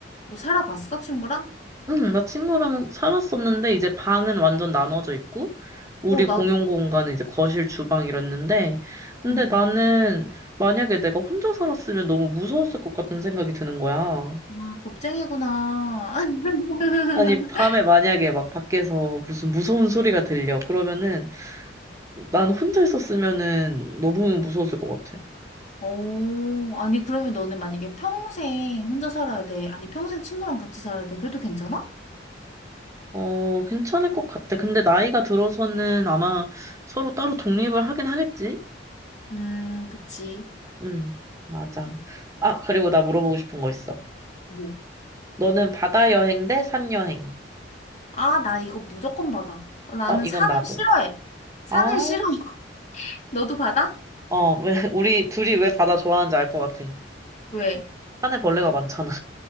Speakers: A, on the left; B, on the right.
A: 너 살아봤어, 친구랑?
B: 응, 나 친구랑 살았었는데, 이제 방은 완전 나눠져 있고, 우리
A: 어, 나도.
B: 공용 공간은 이제 거실, 주방 이랬는데, 근데
A: 응.
B: 나는 만약에 내가 혼자 살았으면 너무 무서웠을 것 같은 생각이 드는 거야.
A: 아, 겁쟁이구나. <laughs>
B: 아니, 밤에 만약에 막 밖에서 무슨 무서운 소리가 들려. 그러면은, 난 혼자 있었으면은 너무 무서웠을 것 같아.
A: 오, 아니, 그러면 너는 만약에 평생 혼자 살아야 돼. 아니, 평생 친구랑 같이 살아야 돼. 그래도 괜찮아?
B: 어, 괜찮을 것 같아. 근데 나이가 들어서는 아마 서로 따로 독립을 하긴 하겠지?
A: 음, 그치.
B: 응, 맞아.
A: 음,
B: 아, 그리고 나 물어보고 싶은 거 있어.
A: 뭐,
B: 너는 바다 여행 대 산 여행?
A: 아, 나 이거 무조건 받아. 나는
B: 어, 이건
A: 산을
B: 나도.
A: 싫어해. 산을
B: 아,
A: 싫어. <laughs> 너도 받아?
B: 어, 왜, 우리 둘이 왜 바다 좋아하는지 알 것 같아.
A: 왜?
B: 산에 벌레가 많잖아.